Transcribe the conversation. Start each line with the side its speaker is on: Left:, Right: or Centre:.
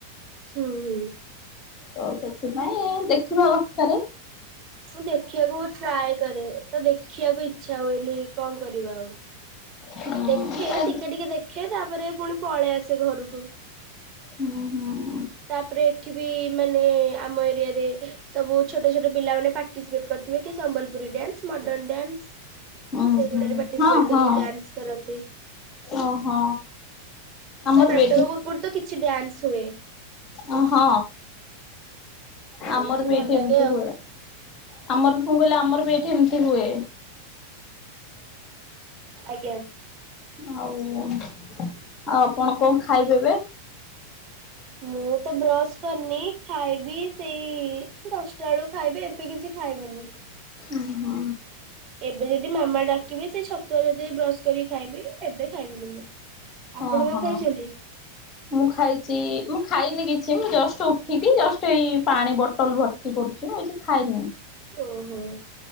Right: ହୁଁ ହୁଁ।
Left: ତ ସେଥିପାଇଁ ଦେଖିବା ଅବସ୍ଥାରେ
Right: ମୁଁ ଦେଖିବାକୁ ବହୁ ଟ୍ରାଏ କରେ, ତ ଦେଖିବାକୁ ଇଛା ହୁଏନି କଣ କରିବା ଆଉ,
Left: ହୁଁ
Right: ଦେଖେ
Left: ହୁଁ
Right: ଟିକେ ଟିକେ ଦେଖ ଆଖେ ତାପରେ ପୁଣି ପଳେଇ ଆସେ ଘରକୁ।
Left: ହୁଁ ହୁଁ।
Right: ତାପରେ ଏଠି ବି ମାନେ ଆମ ଏରିଆରେ ସବୁ ଛୋଟ ଛୋଟ ପିଲାମାନେ ପାର୍ଟିସିପେଟ କରିଥିବେ କି! ସମ୍ବଲପୁରୀ ଡ୍ୟାନ୍ସ, ମଡର୍ଣ ଡ୍ୟାନ୍ସ
Left: ହୁଁ
Right: ସେଗୁଡାରେ
Left: ହୁଁ
Right: ପାର୍ଟିସିପେଟ
Left: ହଁ
Right: କରିକି
Left: ହଁ
Right: ଡ୍ୟାନ୍ସ କରନ୍ତି।
Left: ଓହୋ ଆମର
Right: ତ ନାଟକ
Left: ବି
Right: ପୂର୍ବରୁ ତ କିଛି ଡ୍ୟାନ୍ସ ହୁଏ।
Left: ଓ ହଁ
Right: ସେଇଠି
Left: ଆମର ବି
Right: ଭଲ
Left: ଏଇଠି
Right: ଲାଗେ
Left: ଏମିତି
Right: ଆଉ
Left: ହୁଏ। ଆମର ପୁ କହିଲେ ଆମର ବି ଏଇଠି ଏମିତି ହୁଏ।
Right: ଆଜ୍ଞା।
Left: ଆଉ ଆଉ ଆପଣ କଣ ଖାଇବେ ଏବେ।
Right: ମୁଁ ତ ବ୍ରଶ କରିନି ଖାଇବି ସେଇ ଦଶ ଟା ବେଳୁ ଖାଇବି ଏବେ କିଛି ଖାଇବିନି।
Left: ଉହୁଁ।
Right: ଏବେ ଯଦି ମାମା ଡାକିବେ ସେଇ ଛତୁଆ ଯଦି ବ୍ରଶ କରିକି ଖାଇବି ଏବେ ଖାଇବିନି ମୁଁ। ଆପଣ
Left: ହଁ
Right: କଣ
Left: ହଁ।
Right: ଖାଇଛନ୍ତି
Left: ମୁଁ ଖାଇଛି ମୁଁ ଖାଇନି କିଛି ମୁଁ ଜଷ୍ଟ ଉଠିକି ଜଷ୍ଟ ଏଇ ପାଣି ବୋଟଲ ଭର୍ତ୍ତି ତି କରୁଛି ଅହିସା ଖାଇନି।
Right: ଓହୋ।